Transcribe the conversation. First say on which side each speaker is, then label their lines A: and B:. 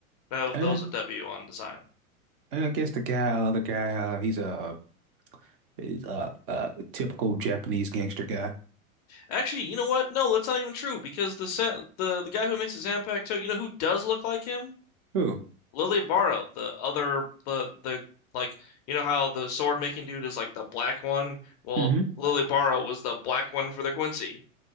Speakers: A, on the left; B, on the right.
A: No,
B: and
A: that was a W on design.
B: and I guess the guy, other guy. Uh, he's a he's a, a typical Japanese gangster guy.
A: Actually, you know what? No, that's not even true because the sa- the the guy who makes the Zanpakuto, you know who does look like him?
B: Who?
A: Lily Barrow, the other the the like you know how the sword making dude is like the black one? Well,
B: hmm
A: Lily Barrow was the black one for the Quincy,